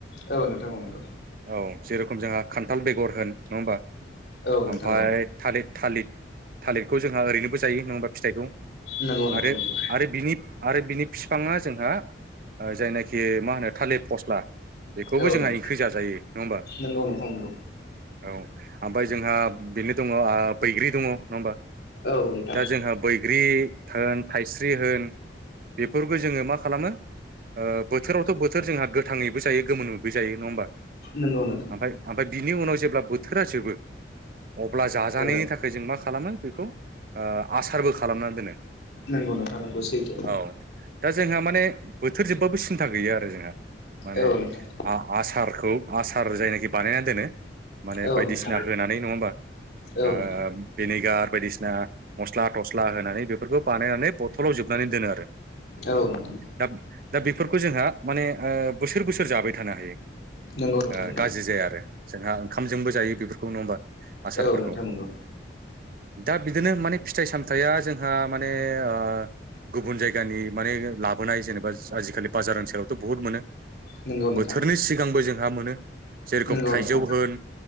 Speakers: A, on the left (about 60°); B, on the right (about 50°).
A: औ नोंथां औ नोंगौ।
B: औ जेरखम जोंहा खान्थाल बेगर होन । नङा होमबा?
A: औ नोंथां
B: ओमफाय
A: औ
B: थालिद थालिद। थालिरखौ जोंहा ओरैनोबो जायो नङा होमबा फिथाइखौ?
A: नंगौ नोंथां
B: आरो
A: नंगौ।
B: आरो बिनि आरो बिनि फिफाङा जोंहा ओ जायनाखि मा होनो थालिद फस्ला बेखौबो
A: औ
B: जोंहा
A: नोंथां
B: ओंख्रि जाजायो नङा होमबा?
A: नंगौ नोंथां नंगौ
B: औ आमफाय जोंहा बेनो दङ ओ बैग्रि दङ नङा होमबा? दा
A: औ नोंथां
B: जोंहा बैग्रि होन थाइस्रि होन बेफोरखौ जोङो मा खालामो ओ बोथोरावथ' बोथोर जोंहा गोथाङैबो जायो गोमोनैबो जायो। नङा होमबा?
A: नंगौ नोंथां।
B: ओमफ्राय ओमफ्राय बिनि उनाव जेब्ला बोथोरा जोबो अब्ला जाजानायनि
A: औ
B: थाखाय जों मा खालामो बेखौ ओ आसारबो खालामना दोनो।
A: नोंगौ नोंथां नोंगौ सैथो।
B: औ दा जोंहा माने बोथोर जोबबाबो सिन्था गैया आरो जोंहा माने
A: औ नोंथां
B: आ-आसारखौ आसार जायनाखि बानायना दोनो माने
A: औ
B: बायदिसिना
A: नोंथां
B: होनानै नङा होमबा
A: औ
B: ओ
A: नोंथां
B: भिनेगार बायदिसिना मस्ला थस्ला होनानै बेफोरखौ बानायनानै बथलाव जोबनानै दोनो आरो।
A: औ नोंथां
B: दा दा बेफोरखौ जोंहा माने ओ बोसोर बोसोर जाबाय थानो हायो
A: नंगौ नोंथां
B: ओ
A: नंगौ
B: गाज्रि जाया आरो जोंहा ओंखामजोंबो जायो बेफोरखौ। नङा होमबा? आसारफोरखौ
A: औ नोंथां नोंगौ।
B: दा बिदिनो माने फिथाइ सामथाइया जोंहा माने ओ ओ गुबुन जायगानि माने लाबोनाय जेनेबा आजिखालि बाजार ओनसोलावथ' बुहुत मोनो।
A: नंगौ नोंथां
B: बोथोरनि सिगांबो जोंहा मोनो जेरखम
A: नंगौ
B: थाइजौ
A: नोंथां
B: होन